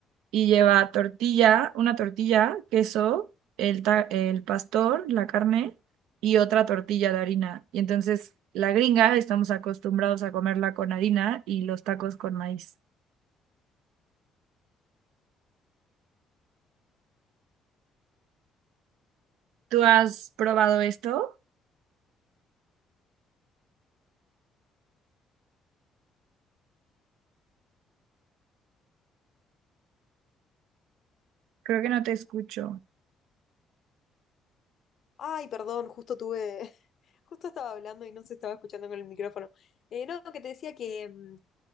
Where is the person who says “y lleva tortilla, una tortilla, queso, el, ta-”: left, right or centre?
Right